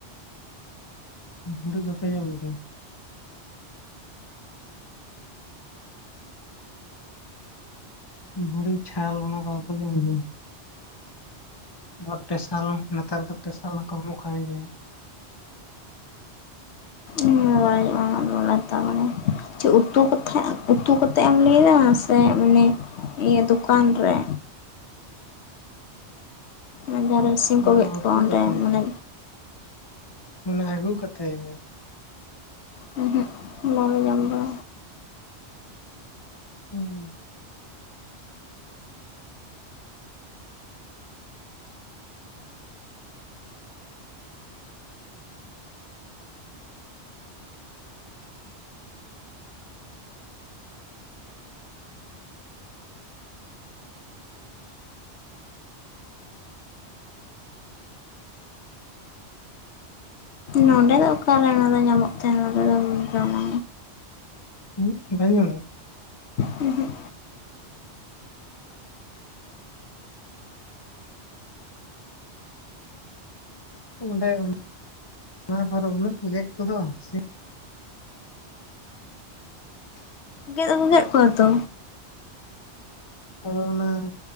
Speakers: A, on the left; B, on the left.
A: ᱵᱷᱩᱸᱲᱤ ᱵᱟᱯᱮ ᱡᱚᱢ ᱜᱮᱭᱟ? ᱵᱷᱩᱸᱲᱤ ᱪᱷᱟᱞ ᱚᱱᱟ ᱠᱚ ᱵᱟᱯᱮ ᱡᱚᱢ ᱜᱮᱭᱟ? ᱟᱨ ᱯᱮᱥᱟᱞ ᱱᱮᱛᱟᱨ ᱫᱚ ᱯᱮᱥᱟᱞ ᱦᱚᱸᱠᱚ ᱮᱢᱚᱜ ᱠᱟᱱ ᱜᱮᱭᱟ᱾
B: ᱩᱱᱟᱹᱜ ᱵᱟᱭ ᱦᱟᱛᱟᱣ ᱵᱟᱲᱟᱭᱟ᱾ ᱪᱮᱫ ᱩᱛᱩ ᱠᱟᱛᱷᱟ ᱩᱛᱩ ᱠᱟᱛᱮᱫ ᱮᱢ ᱞᱟᱹᱭᱮᱫᱟ, ᱥᱮ ᱢᱟᱱᱮ ᱤᱭᱟᱹ ᱫᱚᱠᱟᱱ ᱨᱮ ᱢᱟᱱᱮ ᱡᱟᱦᱟᱸᱨᱮ ᱥᱤᱢ ᱠᱚ
A: ᱚᱱᱟ
B: ᱜᱮᱫ
A: ᱩᱛᱩ
B: ᱠᱚᱣᱟ ᱚᱸᱰᱮ
A: ᱠᱟᱛᱮ
B: ᱢᱟᱱᱮ
A: ᱢᱟᱱᱮ ᱟᱹᱜᱩ ᱠᱟᱛᱮᱜ᱾
B: ᱩᱸᱦᱩᱜ᱾ ᱵᱟᱢ ᱟᱸᱡᱚᱢ ᱫᱟ?
A: ᱦᱩᱸ᱾
B: ᱱᱚᱰᱮ ᱫᱚ ᱚᱠᱟᱨᱮ ᱚᱱᱟ ᱫᱚ ᱧᱟᱢᱚᱜ ᱛᱮ ᱱᱚᱰᱮ ᱫᱚᱢ ᱡᱚᱢᱟ᱾
A: ᱩᱸᱜ ᱵᱟᱭ ᱧᱟᱢᱚᱜ
B: ᱩᱸᱦᱩᱜ᱾
A: ᱚᱸᱰᱮ <unintelligible> ᱚᱱᱟ ᱫᱷᱟᱨᱮ ᱩᱱᱟᱹᱜ ᱠᱚ ᱜᱮᱫ ᱠᱚᱫᱚ ᱥᱤᱢ᱾
B: ᱜᱮᱫ ᱫᱚᱠᱚ ᱜᱮᱫ ᱠᱚᱣᱟ ᱛᱚ,
A: ᱛᱚ ᱚᱱᱟ